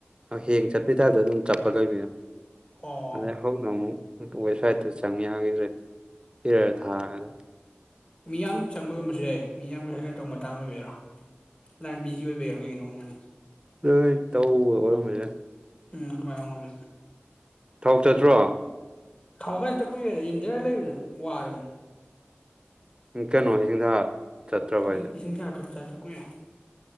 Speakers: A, on the right (about 25°); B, on the left (about 25°).
A: ꯍꯌꯦꯡ ꯆꯠꯄꯤ ꯇꯔꯗ ꯑꯗꯨꯝ ꯆꯠꯄ ꯂꯩꯕꯅ
B: ꯑꯣ
A: ꯑꯗꯩ ꯍꯧꯅ ꯑꯃꯨꯛ ꯋꯦꯕꯁꯥꯏꯠꯇꯨ ꯆꯪ ꯌꯥꯈꯤꯗ꯭ꯔꯦ ꯍꯔ ꯊꯥꯅ
B: ꯃꯤꯌꯥꯝ ꯆꯪꯕ ꯑꯣꯏꯝꯕꯁꯨ ꯌꯥꯏ ꯃꯤꯌꯥꯝꯒꯤꯁꯨ ꯍꯥꯏꯒꯅ ꯇꯧꯕ ꯃꯇꯥꯡ ꯑꯣꯏꯕꯤꯔꯣ ꯂꯥꯏꯟ ꯕꯤꯖꯤ ꯑꯣꯏꯕꯩꯔꯣ ꯀꯩꯒꯤꯅꯣꯃꯅꯦ
A: ꯂꯣꯏ ꯇꯧꯕ ꯑꯣꯏꯔꯝꯃꯤꯁꯦ
B: ꯎꯝ ꯑꯗꯨꯃꯥꯏꯅꯦ
A: ꯊꯥꯎ ꯆꯠꯇ꯭ꯔꯣ
B: ꯊꯕꯛꯀꯥꯟꯁꯤꯦꯛꯇ ꯀꯨꯏꯔꯦ ꯌꯨꯝꯗꯔ ꯂꯩꯕꯗ ꯋꯥꯔꯅꯤ
A: ꯀꯩꯅꯣ ꯏꯪꯊꯥ ꯆꯠꯇ꯭ꯔꯕ
B: ꯎꯝꯁꯤꯡ
A: ꯍꯥꯏꯁꯦ
B: ꯑ ꯆ ꯆ ꯀꯨꯏꯦ